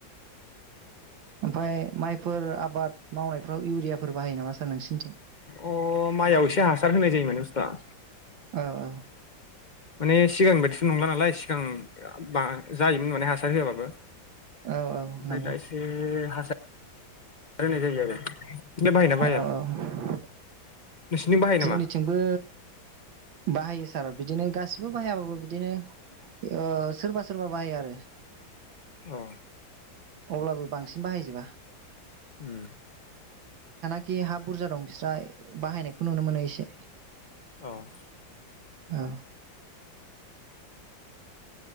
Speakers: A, on the right; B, on the left.
A: ओमफफ्राय माइफोर आबाद मावनायफ्राव इउरियाफोर बाहायो नामा? सार नोंसिनिथिं?
B: अ माइआव एसे हासार होनाय जायो माने स्था
A: औ औ।
B: माने सिगां बायदिथ नंला नालाय सिगां बा जायोमोन माने हासार होआबाबो।
A: औ औ
B: ओमफ्राय
A: नंगौ
B: दा एसे <inaudible> होनाय जायो आरो <unintelligible> बाहायो ना बाहाया?
A: औ औ
B: नोंसिनिथिं बाहायो नामा
A: जोंनिथिंबो बाहायो सार बिदिनो गासिबो बाहायाबाबो बिदिनो ओ सोरबा सोरबा बाहायो आरो
B: औ
A: अब्लाबो बांसिन बाहायजोबा।
B: उम
A: <unintelligible> हा बुरजा दं बिस्रा बाहायनाय खौ नुनो मोनो एसे।
B: औ
A: औ